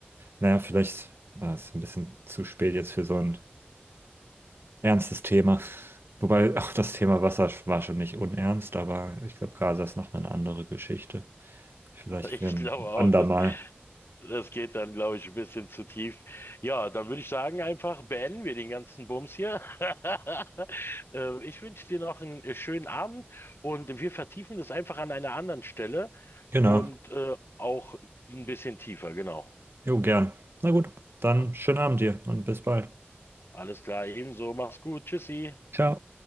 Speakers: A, on the right (about 70°); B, on the left (about 70°).
A: Naja, vielleicht ah, ist ein bisschen zu spät jetzt für so ein ernstes Thema. Wobei auch das Thema Wasser war schon nicht unernst, aber ich glaube, Gaza ist nochmal eine andere Geschichte. Vielleicht
B: <laughs>
A: für
B: Ich
A: ein
B: glaube auch,
A: andermal.
B: dass Das geht dann, glaube ich, ein bisschen zu tief. Ja, dann würde ich sagen, einfach beenden wir den ganzen Bums hier. <laughs> Äh, Ich wünsche dir noch einen äh, schönen Abend und wir vertiefen das einfach an einer anderen Stelle
A: Genau.
B: und äh, auch ein bisschen tiefer, genau.
A: Jo, gern. Na gut, dann
B: Ja.
A: schönen Abend dir und bis bald.
B: Alles klar, ebenso. Mach's gut. Tschüssi.
A: Ciao.